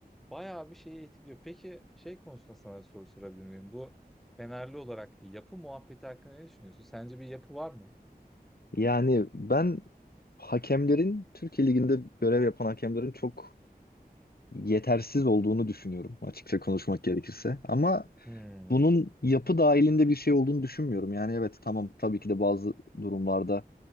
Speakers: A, in the centre; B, on the left.
A: bayağı bir şeyi etkiliyor. Peki şey konusunda sana soru sorabilir miyim? Bu Fenerli olarak yapı muhabbeti hakkında ne düşünüyorsun? Sence bir yapı var mı?
B: Yani ben hakemlerin Türkiye Ligi'nde görev yapan hakemlerin çok yetersiz olduğunu düşünüyorum açıkça konuşmak gerekirse. Ama
A: Hmm.
B: bunun yapı dahilinde bir şey olduğunu düşünmüyorum. Yani evet tamam tabii ki de bazı durumlarda